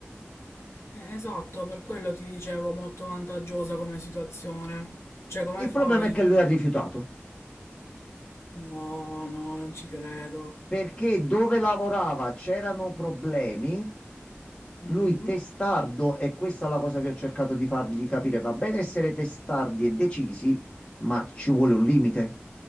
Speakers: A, on the left (about 75°); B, on the left (about 20°).
A: Eh, esatto, per quello ti dicevo molto vantaggiosa come situazione, cioè come
B: Il
A: fai
B: problema è che lui ha rifiutato
A: no, no, non ci credo.
B: perché dove lavorava c'erano problemi.
A: Mh.
B: Lui testardo, e questa è la cosa che ho cercato di fargli capire, va bene essere testardi e decisi, ma ci vuole un limite.